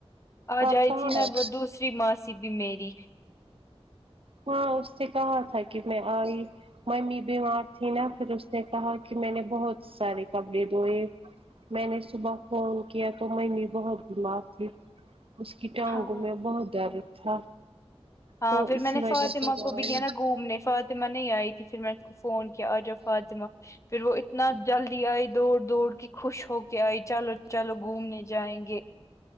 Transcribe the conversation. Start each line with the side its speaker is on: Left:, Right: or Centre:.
Left: آج
Right: آپ
Left: آئی
Right: کہاں
Left: تھی
Right: ہے؟
Left: نا وہ دوسری ماسی بھی میری
Right: ہاں اس نے کہا تھا کہ میں آئی ممی بیمار تھی نا پھر اس نے کہا کہ میں نے بہت سارے کپڑے دھوئے میں نے صبح فون کیا تو میںمی بہت بیمار تھی اس کی ٹانگوں
Left: ہاں
Right: میں بہت درد تھا
Left: ہاں
Right: تو
Left: پھر
Right: اسی
Left: میں نے
Right: وجہ
Left: فااتمہ
Right: سے وہ
Left: کو بریانا
Right: آئی
Left: گوم نے فاطمہ نہیں آئی تھی پھر میں اس کو فون کیا آ جاؤ فاطمہ پھر وہ اتنا جلدی آئی دوڑ دوڑ کہ خوش ہو کے آئی چلو چلو گھومنے جائیں گے